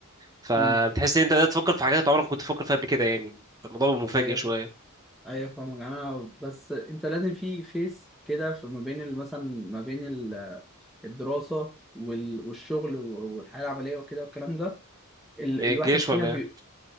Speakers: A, on the right (about 15°); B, in the centre.
A: فبتحس
B: امم
A: ان انت بدأت تفكر في حاجات انت عمرك ما كنت تفكر فيها قبل كده يعني الموضوع بيبقى مفاجئ
B: ايوه
A: شوية
B: ايوه فاهمك انا بس انت لازم في فيس كده في ما بين ال- مثلا ما بين الدراسة وال- والشغل والحياة العملية وكده والكلام ده ال-
A: ايه
B: الواحد
A: الجيش ولا
B: فيها بي...
A: ايه